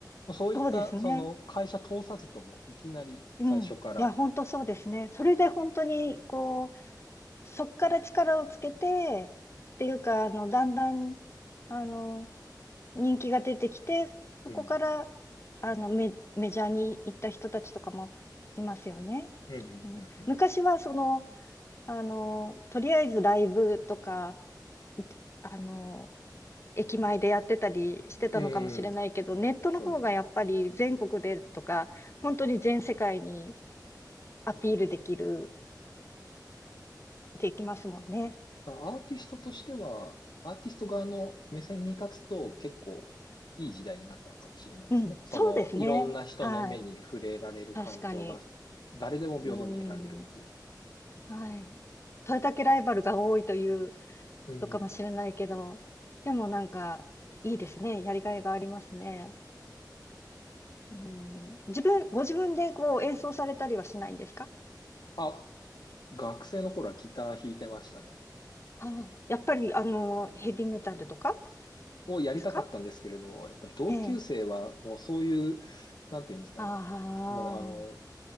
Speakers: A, on the left (about 75°); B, on the left (about 35°).
A: もうそういったその会社通さずともいきなり最初から、
B: そうですね。うん。いや、本当そうですね。それで本当に、こう、そっから力をつけて、っていうか、あの、だんだん、あの、人気が出てきて、そこから、
A: うん、
B: あの、メ、メジャーに行った人たちとかもいますよね。
A: うん、
B: きっとね。
A: うん、うん、うん、
B: 昔は、その、あの、とりあえずライブとか、あの、駅前でやってたりしてたのかもしれないけど、
A: うんうん
B: ネットの方がやっぱり全国でとか、
A: そうですね。
B: 本当に全世界にアピールできる、できますもんね。
A: だからアーティストとしては、アーティスト側の目線に立つと結構いい時代になったのかもしれないですね。
B: うん、
A: その、
B: そうですね。
A: いろんな人の目に触れられる環境が誰でも平等に得られるっていうの。
B: はい。確かに。うん。はい。それだけライバルが多いという
A: うん、うん、
B: とかもしれないけど、
A: うん。
B: でもなんか、いいですね。やりがいがありますね。うん、自分、ご自分でこう演奏されたりはしないんですか
A: あ、学生の頃はギター弾いてましたね。
B: ああ、やっぱり、あの、ヘビーメタルとか
A: をやりたかったんですけれど、
B: ですか
A: やっぱり同級生はもうそういう、
B: ええ。
A: なんていうんですかね。
B: ああ、
A: もうあの、